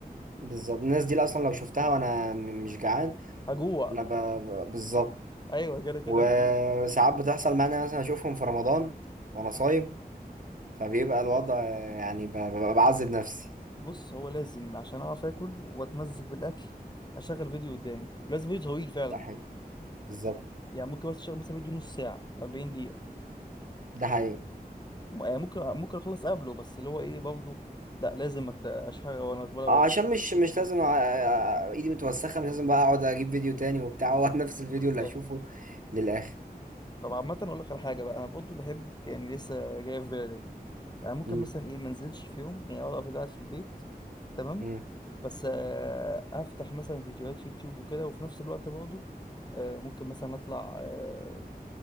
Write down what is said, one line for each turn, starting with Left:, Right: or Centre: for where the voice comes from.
Right: بالظبط الناس دي اصلا لو شفتها وانا م- مش جعان
Left: هجوع
Right: انا ب... ب- بالظبط
Left: ايوه كده كده
Right: وساعات
Left: هجوع
Right: بتحصل معايا إن أنا مثلا اشوفهم في رمضان وانا صايم فبيبقى الوضع يعني ب- ببقى بعذب نفسي
Left: بص هو لازم عشان اعرف اكل واتمزج بالاكل اشغل فيديو قدامي لازم فيديو طويل فعلا
Right: ده حقيقي بالظبط
Left: يعني ممكن بس اشغل مثلا فيديو نص ساعه 40 دقيقه
Right: ده حقيقي
Left: م- يعني ممكن ممكن اخلص قبله بس اللي هو ايه برضه لا لازم أت- اشوف حاجه وانا وانا باكل
Right: اه عشان مش مش لازم أ- أ- ايدي متوسخه مش لازم بقى اقعد اجيب فيديو تاني وبتاع هو <laughs> نفس الفيديو
Left: بالظبط
Right: اللي هشوفه للاخر
Left: طب عامة أقول لك على حاجة بقى أنا برضه بحب يعني لسه جاي في بالي انا ممكن
Right: امم
Left: مثلا ايه منزلش في يوم يعني اقعد افضل قاعد في البيت تمام
Right: امم
Left: بس آه، افتح مثلا فيديوهات يوتيوب وكده وفي نفس الوقت برضه آه، ممكن مثلا اطلع آه،